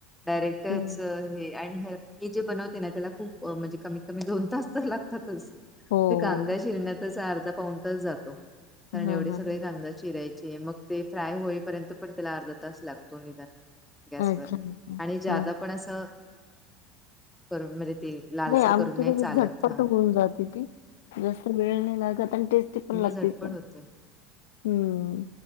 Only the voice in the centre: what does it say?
डायरेक्टरच
हे आणि मी जे बनवते ना त्याला खूप म्हणजे कमीत कमी दोन तास तर लागतातच
ते कांद्या
शिरण्यातच अर्धा पाऊं तच जातो कारण
एवढे
सगळे कांदा चिरायचे मग ते फ्राय होईपर्यंत पण त्याला अर्धा तास लागतो निदान गॅसवरर
आणि जादा
पण असं घेत करून म्हणजे ते लालसर
करून
चालत
हा
तुमची
झटपट
होते